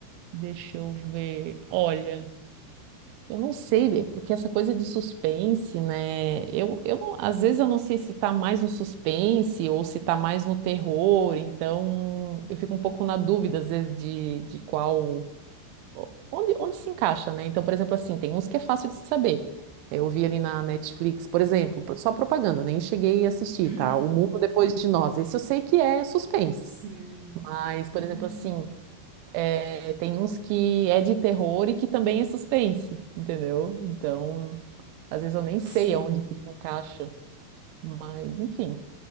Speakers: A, on the right; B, on the right.
A: Deixa eu ver. Olha, eu não sei, é porque essa coisa de suspense, né? Eu, eu não- às vezes eu não sei se tá mais no suspense ou se tá mais no terror, então eu fico um pouco na dúvida, às vezes, de, de qual. Onde, onde se encaixa, né? Então, por exemplo, assim, tem uns que é fácil de saber. É, Eu vi ali na Netflix, por exemplo, só propaganda, nem cheguei a assistir,
B: Uhum.
A: tá? O Mundo Depois de Nós. Esse eu sei que é suspense.
B: Sim.
A: Mas, por
B: Hum,
A: exemplo, assim. É, tem uns que é de terror e que também é suspense, entendeu? Então, às vezes eu nem sei
B: sim.
A: aonde que se encaixa, mas enfim.